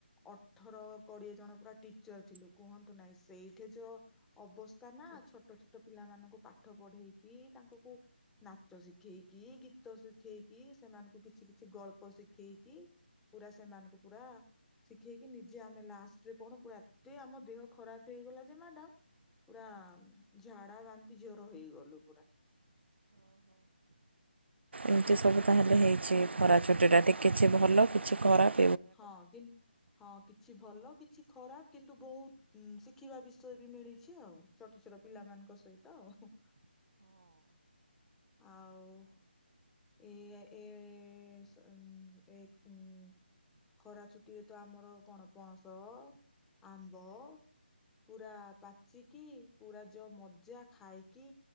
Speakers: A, in the centre; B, on the right.
A: ଅଠର କୋଡିଏ ଜଣ ପୁରା ଟିଚର ଲୁ କୁହନ୍ତୁ ନାଇଁ ସେଇଠି ଯୋ ଅବସ୍ତା ନା ଛୋଟ ଛୋଟ ପିଲାମାନଙ୍କୁ ପାଠ ପଢେଇକି। ତାଙ୍କୁ ନାଚ ଶିଖେଇକି ଗୀତ ଶିଖେଇକି ସେମାନଙ୍କୁ କିଛି କିଛି ଗଳ୍ପ ପ ଶିଖେଇକି ପୁରା ସେମାନଙ୍କୁ ପୁରା ଶିଖେଇକି ନିଜେ ଆମେ ଲାଷ୍ଟରେ କଣ ପୁରା ଏତେ ଆମ ଦେହ ଖରାପ ହେଇଗଲା ଯେ ମ୍ୟାଡାମ ପୁରା ଝାଡ଼ା ବାନ୍ତି ଜୋର ହେଇଗଲୁ ପୁରା। <inaudible>
B: ଏମିତି ସବୁ ତାହେଲେ ହେଇଛି ଖରା ଛୁଟିଟା ଟିକେ କିଛି ଭଲ କିଛି ଖରାପ
A: ହଁ କିନ୍ ହଁ କି କିଛି ଭଲ କିଛି ଖରାପ କିନ୍ତୁ ବହୁତ ଶିଖିବା ବିଷୟ ବି ମିଳିଛି ଆଉ ଛୋଟ ଛୋଟ ପିଲାମାନଙ୍କୁ ଙ୍କ ସହିତ ଆଉ ହୁଁ ଆଉ ଏଇ ଏ ଏ ସ ଉଁ ଏ ଉଁ ଖରା ଛୁଟିରେ ତ ଆମର କଣ ପଣସ ଆମ୍ବ ପୁରା ପାଚିକି ପୁରା ଯୋ ମଜା ଖାଇକି